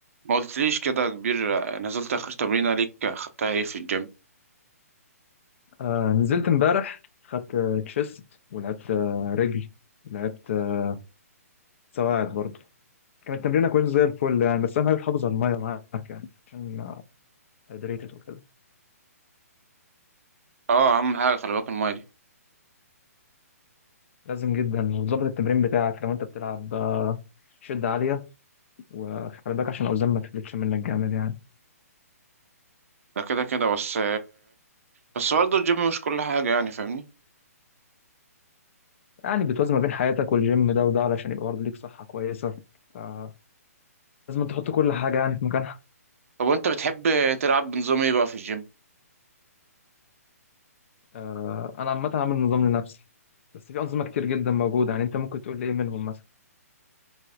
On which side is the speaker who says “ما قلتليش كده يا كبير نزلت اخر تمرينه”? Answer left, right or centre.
Right